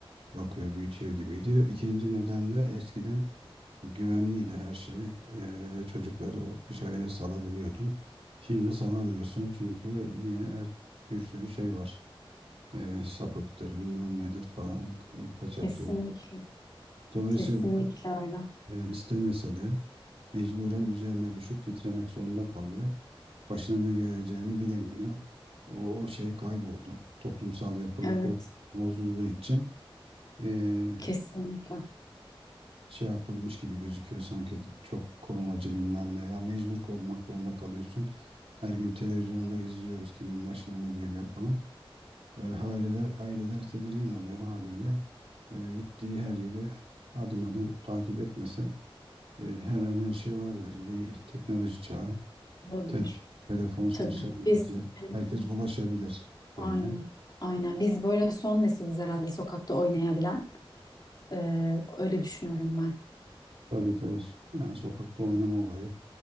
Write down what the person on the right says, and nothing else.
bakıyor, büyütüyor gibiydi. İkinci neden de eskiden Güvenliydi her şey. Ee, çocukları o- dışarıya salabiliyordun. Şimdi salamıyorsun çünkü niye? Her- Bir sürü şey var. Ee, sapıktır, bilmem nedir falan, e, kaçakçı.
Dolayısıyla
e, istemese de mecburen üzerine düşüp titremek zorunda kalıyor. Başına ne geleceğini bilemiyor. O, o şey kayboldu. Toplumsal yapı bo-
bozulduğu için e,
şey yapılmış gibi gözüküyor sanki çok korumacı bilmem ne. Ya mecbur korumak zorunda kalıyorsun. Her gün televizyonda izliyoruz kimin başına ne geliyor falan. Ee, aileler aileler tedirgin oluyor haliyle. Ee, gittiği her yeri adım adım takip etmese e, her an her şey olabilir. Bir de teknoloji çağı,
te- telefon, sosyal
medya
herkes ulaşabilir şeyine.
Tabii tabii yani sokakta oynama olayı